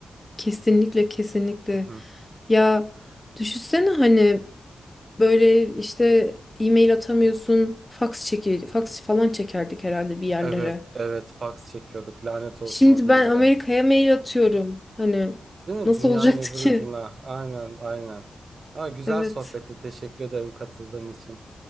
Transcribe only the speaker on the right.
Hı hı.
Evet, evet fax çekiyorduk. Lanet olsun
o günlere.
Değil mi?
Dünyanın
öbür
ucuna. Aynen, aynen. Ha, güzel
sohbetti. Teşekkür ederim katıldığın için.